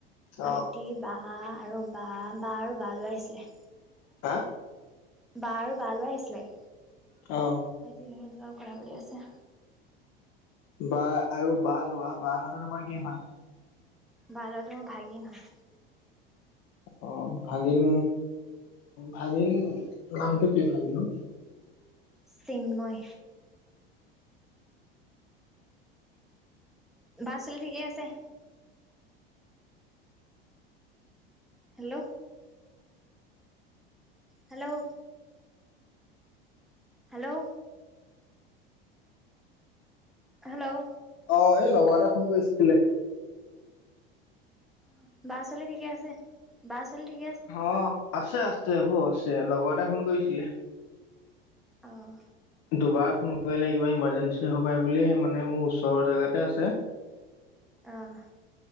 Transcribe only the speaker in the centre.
ভাইটি,
সি বা আৰু বা বা আৰু বা লৰা আহিছিলে।
বা আৰু বা লৰা আহিছিলে।
ভাইটি সিহঁতৰ লগত কথা পাতি আছে।
বা লৰাটো মোৰ ভাগিন হয়।
চিন্ময়। বা ছোৱালী ঠিকে আছে? হেল্ল'! হেল্ল'! হেল্ল'! হেল্ল'!
অঁ, বাৰ ছোৱালী ঠিকে আছে বাৰ ছোৱালী ঠিকে আছে?
অহ।
অ'।